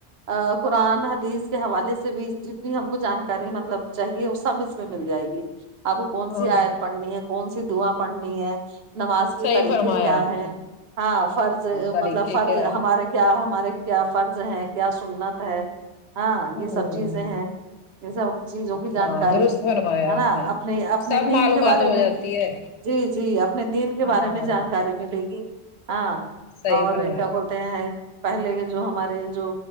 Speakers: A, on the right (about 70°); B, on the left (about 80°).
A: ا قرآن حدیث کے حوالے سے بھی جتنی ہم کو جانکاری مطلب چاہیے وہ سب اس میں مل جائے گی آپ کون
B: ہاں
A: سی آیت پڑھنی ہے کون سی دعا پڑھنی ہے نماز کے
B: صحیح
A: طریقے
B: فرمایا
A: کیا
B: آپ
A: ہے
B: نے
A: ہاں فرض
B: طریقے
A: مطلب فرض
B: کیا ہے
A: ہمارے کیا ہمارے کیا فرض ہیں کیا سنت ہے ہاں یہ
B: ہوں
A: سب چیزیں ہیں یہ سب چیزوں کی جانکاری
B: ہاں درست فرمایا
A: ہے
B: آپ
A: نا
B: نے
A: اپنے اپنے
B: سب
A: دین
B: معلومات
A: کے بارے
B: ہو جاتی
A: میں
B: ہے
A: جی جی اپنے دین کے
B: ہاں
A: بارے میں جانکاری ملے گی ہاں
B: صحیح
A: اور
B: فرمایا
A: کیا
B: ہوں
A: بول تے ہیں پہلے جو ہمارے جو